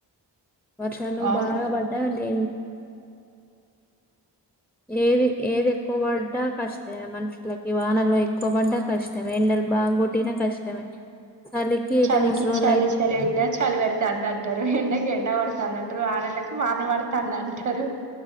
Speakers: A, in the centre; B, on the right.
A: వర్షలు
B: అవును
A: బాగా పడ డే ఏది ఏది ఎక్కువ పడ్డా కష్టమే మనుషులకి వానలో ఎక్కువ పడ్డా కష్టమ ఎండలు బాగు ఏదైనా కష్టమే చలికి అయితే
B: చలికి
A: ముసలోళ్ళు
B: చలి
A: అయితే
B: చలి పెన చలి పెడుతుంది అంటారు ఎండకి ఎండ పడుతుందింట టారు వానలకు వాన పడతానంటారు సరు